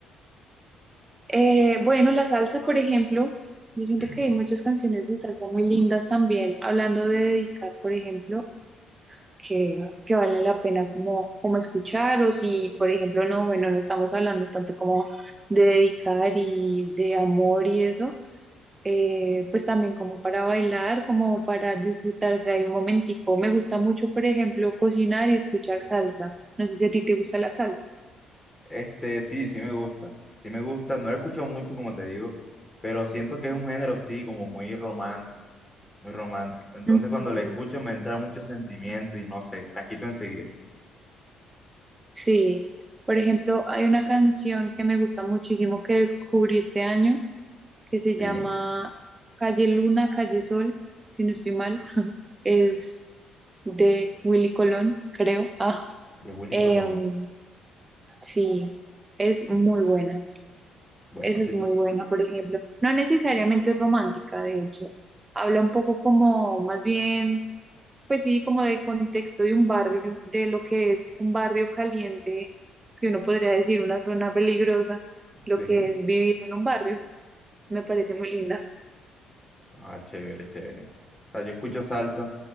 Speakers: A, on the right; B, on the left.
A: Eh, bueno, la salsa, por ejemplo. Yo siento
B: <clears throat>
A: que hay muchas canciones de salsa muy lindas también. Hablando de dedicar, por ejemplo. que, que vale la pena como, como escuchar o si, por ejemplo, no, bueno, no estamos hablando tanto como de dedicar y de amor y eso, eh, pues también como para bailar, como para disfrutarse ahí un momentico. Me gusta mucho, por ejemplo, cocinar y escuchar salsa. No sé si a ti te gusta la salsa.
B: Este, sí, sí me gusta. Sí me gusta. No lo escucho mucho, como te digo, pero siento que es un género, sí, como muy romántico, muy romántico. Entonces,
A: Ujú.
B: cuando la escucho me entra mucho sentimiento y no sé, la quito enseguida.
A: Sí, por ejemplo, hay una canción que me gusta muchísimo que descubrí este año que se
B: Sí,
A: llama Calle Luna, Calle Sol, si no estoy mal, <laughs> es de Willy Colón, creo. Ah,
B: de Willy
A: em,
B: Colón.
A: sí, es
B: Mm,
A: muy buena.
B: Bueno,
A: Esa
B: sí,
A: es
B: tú.
A: muy buena, por ejemplo. No necesariamente es romántica, de hecho. Habla un poco como, más bien, pues sí, como del contexto de un barrio, de lo que es un barrio caliente, que uno podría decir una zona peligrosa, lo
B: Sí.
A: que es vivir en un barrio. Me parece muy linda.
B: Ah, chévere, chévere. O sea, yo escucho salsa,